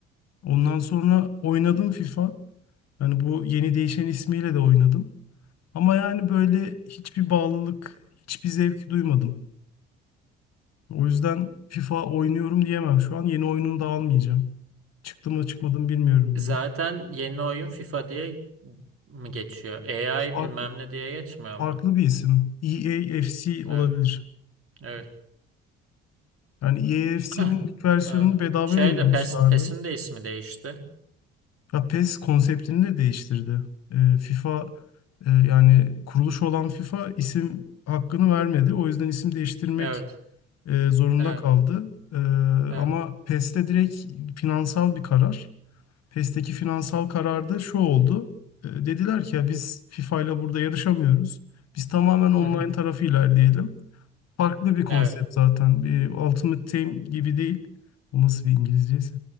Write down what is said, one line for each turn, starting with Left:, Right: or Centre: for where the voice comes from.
Left: Ondan sonra oynadım FIFA. Hani bu yeni değişen ismiyle de oynadım. Ama yani böyle hiçbir bağlılık, hiçbir zevk duymadım. O yüzden FIFA oynuyorum diyemem. Şu an yeni oyununu da almayacağım. Çıktı mı çıkmadı mı bilmiyorum bile.
Right: Zaten yeni oyun FIFA diye mi geçiyor? AI
Left: Farklı,
Right: bilmem ne diye geçmiyor ama.
Left: farklı bir isim. EAFC olabilir.
Right: Evet. Evet.
Left: Yani EAFC'nin
Right: Heh,
Left: ilk versiyonunu
Right: Evet.
Left: bedava
Right: Şey
Left: yayınlamışlardı.
Right: de PES, PES'in de ismi değişti.
Left: Ya PES konseptini de değiştirdi. Ee, FIFA e, yani kuruluş olan FIFA isim hakkını vermedi. O yüzden isim değiştirmek
Right: Evet.
Left: e, zorunda
Right: Evet.
Left: kaldı. E,
Right: Evet.
Left: ama PES'te direkt finansal bir karar. PES'teki finansal kararda şu oldu. E, dediler ki ya biz FIFA ile burada yarışamıyoruz. Biz tamamen online
Right: Hı hı.
Left: tarafı ilerleyelim. Farklı bir konsept
Right: Evet.
Left: zaten. Bir Ultimate Team gibi değil. O nasıl bir İngilizceyse.